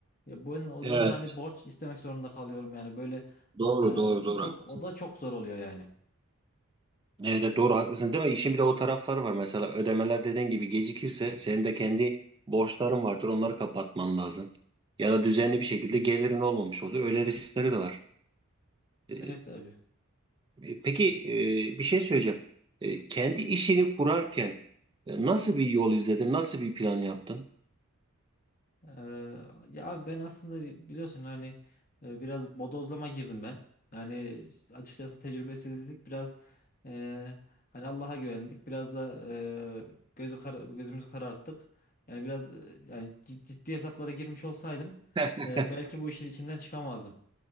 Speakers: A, on the left (about 40°); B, on the right (about 20°).
A: Ya ben o
B: evet.
A: zaman hani borç istemek zorunda kalıyorum yani böyle
B: Doğru
A: e,
B: doğru doğru
A: çok
B: haklısın.
A: o da çok zor oluyor yani.
B: Evet evet, doğru haklısın değil mi? İşin bir de o tarafları var. Mesela ödemeler dediğin gibi gecikirse senin de kendi borçların vardır. Onları kapatman lazım. Ya da düzenli bir şekilde gelirin olmamış olur. Öyle riskleri de var. Ee,
A: Evet abi.
B: e, peki e, bir şey söyleyeceğim. Ee, kendi işini kurarken e, nasıl bir yol izledin? Nasıl bir plan yaptın?
A: Ee, ya abi ben aslında bi- biliyorsun hani e, biraz bodozlama girdim ben. Yani açıkçası tecrübesizlik biraz e, hani Allah'a güvendik. Biraz da e, gözü kara- gözümüzü kararttık. Yani biraz e, yani cid- ciddi hesaplara girmiş olsaydım
B: <laughs> Heh.
A: e, belki bu işin içinden çıkamazdım.